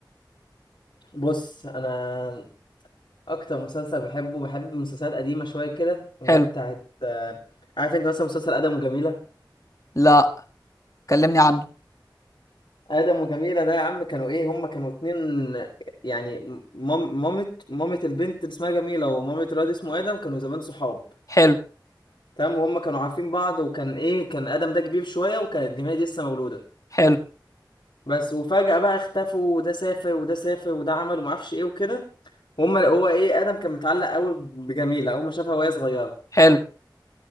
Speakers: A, on the left; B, on the left.
A: بص انا اكتر مسلسل بحبه بحب مسلسلات قديمه شويه كده اللي
B: حلو
A: هي بتاعت آه، عارف انت مثلا مسلسل ادم وجميله
B: لا كلمني عنه
A: ادم وجميله ده يا عم كانوا ايه هم كانوا اتنين يعني مام مامة مامة البنت اللي اسمها جميله ومامة الواد اسمه ادم كانوا زمان صحاب
B: حلو
A: تمام وهم كانوا عارفين بعض وكان ايه كان ادم ده كبير شويه وكانت جميله دي لسه مولوده
B: حلو
A: بس وفجأة بقى اختفوا وده سافر وده سافر وده عمل وما اعرفش ايه وكده وهم هو ايه ادم كان متعلق قوي بجميلة اول ما شافها وهي صغيرة
B: حلو